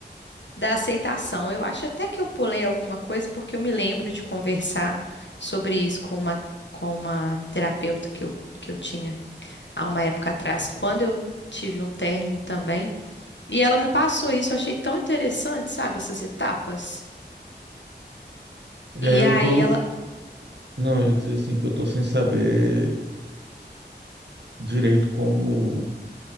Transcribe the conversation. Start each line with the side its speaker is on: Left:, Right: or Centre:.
Left: da aceitação. Eu acho até que eu pulei alguma coisa, porque eu me lembro de conversar sobre isso com uma, com uma terapeuta que eu, que eu tinha há uma época atrás, quando eu tive um término também. E ela me passou isso, eu achei tão interessante, sabe, essas etapas.
Right: É,
Left: E
Right: eu
Left: aí
Right: tô,
Left: ela.
Right: não, eu ia dizer assim que eu tô sem saber direito como